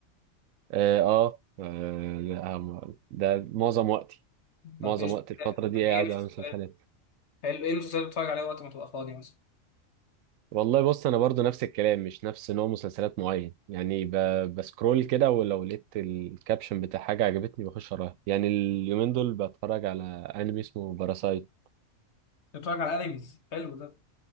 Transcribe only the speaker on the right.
آه، آه، لا، ده معظم وقتي معظم
وقت الفترة دي
قاعد
على مسلسلات
والله بص انا برضو نفس الكلام مش نفس نوع مسلسلات معين يعني ب... بسكرول كده ولو لقيت الكابشن بتاع حاجة عجبتني بخش اراها يعني اليومين دول بتفرج على انمي اسمه باراسايت